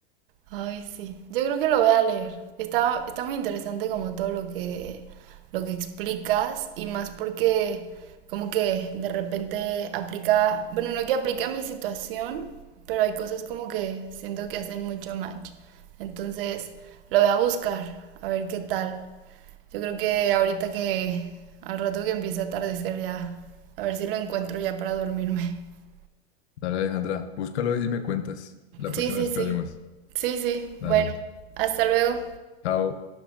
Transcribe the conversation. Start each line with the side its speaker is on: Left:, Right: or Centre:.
Right: Ay, sí. Yo creo que lo voy a leer. Está, está muy interesante como todo lo que, lo que explicas y más porque como que de repente aplica, bueno, no que aplica a mi situación, pero hay cosas como que siento que hacen mucho match. Entonces, lo voy a buscar, a ver qué tal. Yo creo que ahorita que al rato que empiece a atardecer ya, a ver si lo encuentro ya para dormirme. <laughs>
Left: Dale Alejandra, búscalo y me cuentas la próxima
Right: Sí, sí,
Left: vez
Right: sí.
Left: que hablemos.
Right: Sí, sí.
Left: Dale.
Right: Bueno, hasta luego.
Left: Chao.